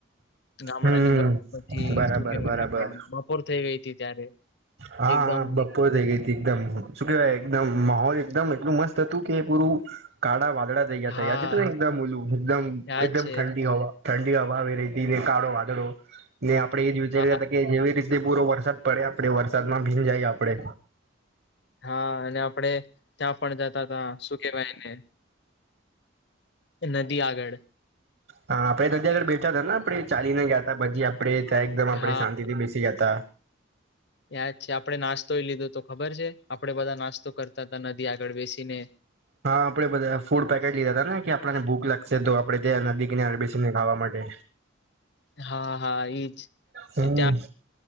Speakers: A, on the left; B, on the right.
A: ગામડાની
B: હમ
A: બસ પછી
B: બરાબર
A: શું કેવાય
B: બરાબર.
A: આપણા બપોર થઈ ગઈ હતી ત્યારે.
B: હા
A: એકદમ
B: હા બપોર થઈ ગઈ હતી. એકદમ શું કેવાય એકદમ માહોલ એકદમ એટલું મસ્ત હતું કે પૂરું કાળા વાદળા. થઈ ગયા
A: હા
B: હતા યાદ છે તને એકદમ ઉલું એકદમ
A: યાદ
B: એકદમ
A: છે
B: ઠંડી હવા. ઠંડી હવા આવી રહીતી ને કાળો વાદળો ને આપડે એ જ વિચારી
A: હા
B: રયા હતા. કે જેવી રીતે પૂરો વરસાદ પડે આપડે વરસાદમાં ભીંજાય આપડે.
A: હા અને આપડે ત્યાં પણ જતા હતા સુ કેવાય એને. નદી આગળ.
B: હા આપડે નદી આગળ બેઠા હતા ને આપડે ચાલી ને ગયા હતા ભજી. આપણે ત્યા એકદમ આપડે
A: હા
B: શાંતિ થી બેસી ગ્યાતા.
A: યાદ છે આપડે નાસ્તોય લીધો તો ખબર છે આપડે બધા નાસ્તો કરતા હતા નદી આગળ બેસીને.
B: હા આપડે બધા ફૂડ પેકેટ લીધા હતા ને કે આપને ભૂખ લાગ. સે તો આપડે ત્યાં નદી કિનારે બેસીને ખાવા માટે.
A: હા હા ઈજ
B: હમ
A: ત્યાં.